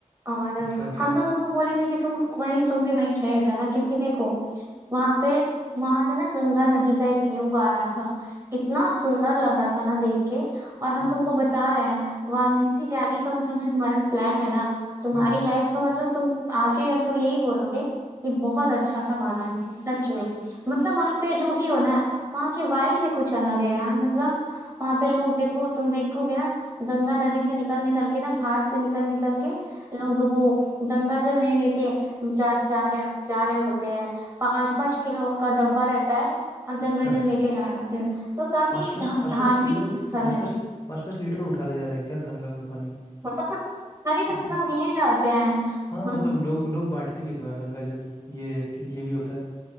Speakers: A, on the right; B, on the left.
A: और
B: अच्छा अच्छा
A: हम तो तुमको बोलेंगे कि तुम वहीं तुम भी वहीं ठहर जाना क्योंकि देखो वहाँ पे वहां से ना गंगा नदी का एक व्यू आ रहा था इतना सुंदर लग रहा था ना देख के और हम
B: हम्म
A: तुमको बता रहे हैं वाराणसी जाने का मतलब जो तुम्हारा प्लान है ना तुम्हारी
B: हम्म,
A: लाइफ का मतलब तुम आके हमको यही बोलोगे कि बहुत अच्छा था वाराणसी सच में मतलब वहां पे जो भी हो ना वहाँ की वाइब भी कुछ अलग है यार मतलब वहां पे लोग देखो तुम देखोगे ना गंगा नदी से निकल निकल के ना घाट से निकल निकल के लोग वो गंगा जल ले लेके जा जा रहे जा रहे होते हैं पाँच पाँच किलो का डब्बा रहता है और गंगा
B: अच्छा
A: जल लेके जा रहे होते हैं तो काफी
B: पाँच पाँच
A: धा-
B: पाँच
A: धार्मिक
B: पाँच किलो
A: स्थल
B: पाँच
A: है
B: पाँच पाँच पाँच लीटर उठा ले जा रहे हैं क्या गंगा का पानी
A: <laughs> हरे
B: अरे
A: हर लोग ये जाते हैं
B: हाँ
A: हम्म,
B: मतलब लोग लोग बांटते भी तो हैं गंगा जल ये ये भी होता है